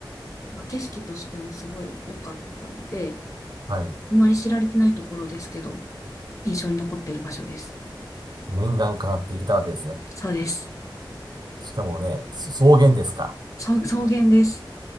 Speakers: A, on the left; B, on the right.
A: なんか景色としてもすごい良かったので、
B: はい、
A: あまり知られてないところですけど、印象に残っている場所です。
B: 念願叶っていけたわけですね。
A: そうです。
B: しかもね、そ草原ですか。
A: 草草原です。